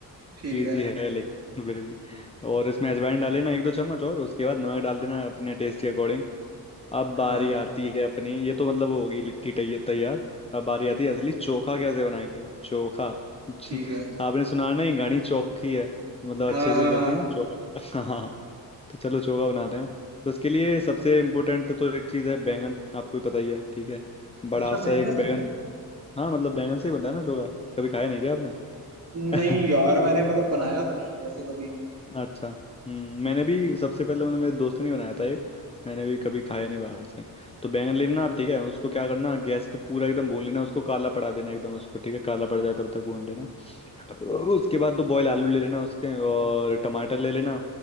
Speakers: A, on the right; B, on the left.
A: ठीक
B: इजी
A: है
B: है लेकिन <laughs> फिर भी और इसमें अजवाइन डाले ना एक दो चम्मच और उसके बाद नमक डाल देना अपने टेस्ट के अकॉर्डिंग अब बारी
A: हाँ
B: आती है अपनी ये तो मतलब हो गई लिट्टी तै- तैयार अब बारी आती है असली चोखा कैसे बनाएंगे चोखा <laughs>
A: ठीक है
B: आपने सुना नहीं घनी चौखी है मतलब
A: हाँ
B: अच्छे
A: हाँ
B: से बोलती
A: हाँ।
B: है ना चोखा <laughs> हाँ तो चलो चोखा बनाते हैं तो इसके लिए सबसे इम्पोर्टेंट तो एक चीज़ है बैंगन आपको भी पता ही है ठीक है बड़ा
A: अच्छा
B: सा
A: बैंगन
B: एक बैंगन
A: है
B: हाँ मतलब बैंगन से ही बनता है ना चोखा कभी खाया नहीं क्या आपने <laughs>
A: नहीं यार मैंने मतलब बनाया तो नहीं है वैसे कभी
B: अच्छा हम्म मैंने भी सबसे पहले मैंने मेरे दोस्त ने बनाया था एक मैंने भी कभी खाया नहीं बाहर से तो बैंगन ले लेना आप ठीक है उसको क्या करना गैस पे पूरा एकदम भून लेना उसको काला पड़ा देना एकदम उसको ठीक है काला पड़ जाए तब तक भून लेना उसके बाद तो बॉयल आलू ले लेना उसके और टमाटर ले लेना